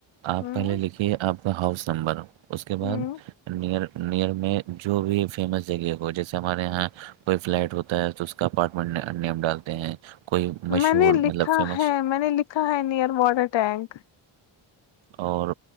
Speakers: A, on the right; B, on the left.
A: آپ
B: ہوں
A: پہلے لکھیے آپ کا ہاؤس نمبر اس کے
B: ہوں
A: بعد نئر- نئر میں جو بھی فیمس جگہ ہو جیسے ہمارے یہاں- کوئی فلیٹ ہوتا ہے تو اس کا اپارٹمنٹ نیم ڈالتے ہیں- کوئی مشہور
B: میں نے لکھا
A: مطلب فیمس
B: ہے, میں نے لکھا ہے نیئر واٹر ٹینک-
A: اور